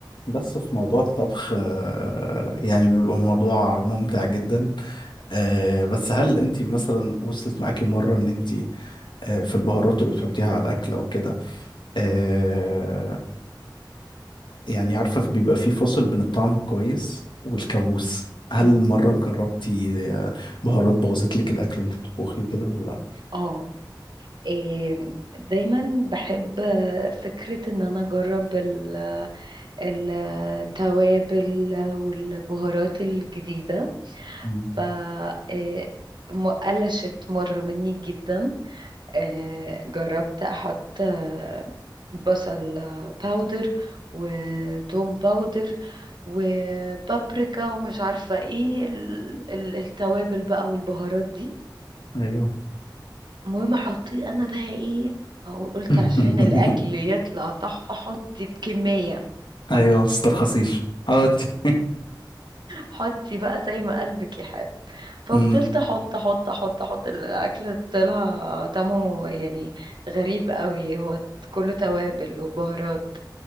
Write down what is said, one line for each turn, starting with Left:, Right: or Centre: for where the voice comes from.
Left: بس في موضوع الطبخ آه، يعني بيبقى موضوع ممتع جدا آه، بس هل انت مثلا وصلت معاكي مرة ان انت آه، في البهارات اللي بتحطيها على الاكل او كده آه، يعني عارفة بيبقى في فصل بين الطعم الكويس والكابوس هل
Right: مم.
Left: مرة جربتي آه، بهارات بوظت لك الاكل وانت بتطبخي وكده ولا لا
Right: اه إيه، دايما بحب فكرة ان انا اجرب ال- التوابل والبهارات الجديدة
Left: مم.
Right: ف إيه، م- قلشت مرة مني جدا إيه، جربت احط آه، بصل باودر وتوم باودر وبابريكا ومش عارفة ايه ال- ال- التوابل بقى والبهارات دي
Left: ايوه
Right: المهم حطيه انا بقى ايه أو قلت
Left: <laughs>
Right: عشان الاكل يطلع تحفه حطي بكميه
Left: ايوه ما تسترخصيش <laughs> عودتي
Right: حطي بقى زي ما قلبك يحب ففضلت
Left: مم.
Right: احط احط احط احط الاكل طلع طعمه يعني غريب قوي هو كله توابل وبهارات